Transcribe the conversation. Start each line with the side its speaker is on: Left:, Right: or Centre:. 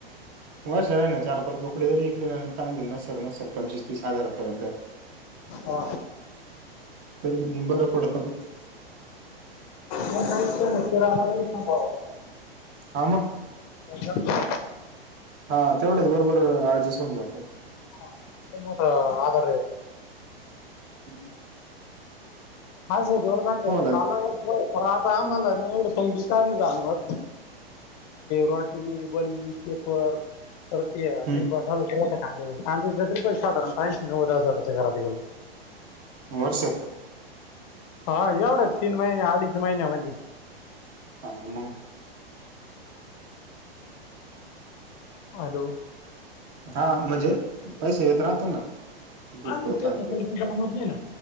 Right: होर सर आहे ना चार पाच बोकडे जरी ऐकले ना चांगले न सर न सर पंचवीस तीस हजारापर्यंत.
Left: ह.
Right: तरी बरं पडतं मग.
Left: म काहीचराला काही सां होता.
Right: हां, मग.
Left: का?
Right: हा तेवढ्याच बरोबर अडजेस होन जातो.
Left: हा इल् मोठा आधार आहे.
Right: हम्म
Left: हा ज जोड जाां
Right: लाख
Left: चालण आता आम्हाला ना एवढं पंगी का जाणवत. रोट्री बळी पेपर. तर ते
Right: हं,
Left: ट्रीप चालू कां कांदेच ट्र्रीप साधारण काहीव हजाराच्या घरात गेलो.
Right: वर्ष.
Left: हा एवढंच तीन महिने अडीच महिन्यामध्ये.
Right: हा मग
Left: हॅलो!
Right: हा म्हणजे पैसे येत राहतो ना. किरकोळ,
Left: हा मग ते
Right: कारकोळ
Left: खडकीमत नाही ना